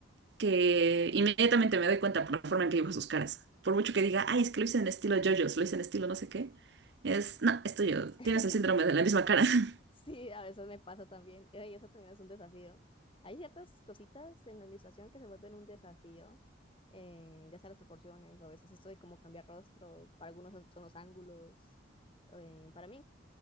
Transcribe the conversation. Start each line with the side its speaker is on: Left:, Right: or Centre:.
Right: que inmediatamente me doy cuenta por la forma en que dibuja sus caras. Por mucho que diga, ay, es que lo hice en estilo JoJo's, lo hice en estilo no sé qué, es, no, esto yo,
Left: <laughs>
Right: tienes el síndrome de la misma cara. <laughs>
Left: Sí, a veces me pasa también. Eh, Y eso también es un desafío. Hay ciertas cositas en la ilustración que se vuelven un desafío, eh, ya sea las proporciones, o a veces esto de cómo cambiar rostros, para algunos son son los ángulos. eh, para mí,